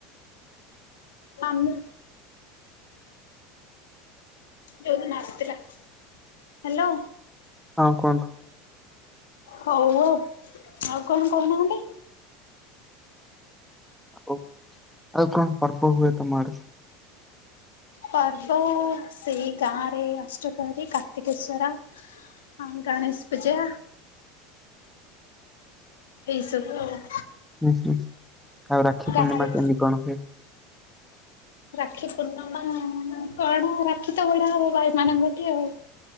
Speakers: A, on the left; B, in the centre.
A: ଆମେ ଯୋଉଦିନ ଆସିଥିଲା ହ୍ୟାଲୋ।
B: ହଁ କୁହନ୍ତୁ?
A: ହଉ ଆଉ। ଆଉ କଣ କହୁନାହାନ୍ତି?
B: ଆଉ ଆଉ କଣ ପର୍ବ ହୁଏ ତମ ଆଡେ?
A: ପର୍ବ ସେଇ ଗାଁ ରେ ଅଷ୍ଟପହରି, କାର୍ତ୍ତିକେଶ୍ଵର। ହଁ ଗଣେଶ ପୂଜା। ଏଇ ସବୁ ଆଉ।
B: ହୁଁ ହୁଁ ଆଉ ରାକ୍ଷୀ ପୂର୍ଣ୍ଣିମା
A: ଗାଁରେ
B: କେମିତି କଣ ହୁଏ?
A: ରାକ୍ଷୀ ପୂର୍ଣ୍ଣିମା କଣ ରାକ୍ଷୀ ତ ଭିଡ଼ା ହବ ଭାଇ ମାନଙ୍କ ଠି ଆଉ।